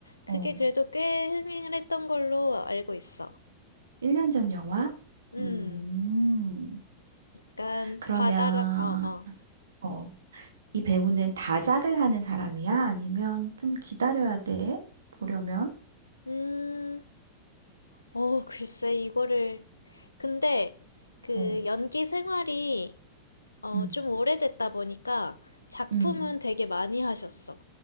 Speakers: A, on the left (about 80°); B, on the right (about 70°).
A: 그게
B: 어.
A: 그래도 꽤 흥행을 했던 걸로 알고 있어.
B: 1년 전 영화?
A: 음,
B: 음.
A: 약간
B: 그러면,
A: 바다랑 어, 어.
B: 어, 이 배우는 다작을 하는 사람이야? 아니면 좀 기다려야 돼? 보려면?
A: 음, 어, 글쎄 이거를 근데 그
B: 어,
A: 연기 생활이 어,
B: 응,
A: 좀 오래됐다 보니까 작품은
B: 음.
A: 되게 많이 하셨어.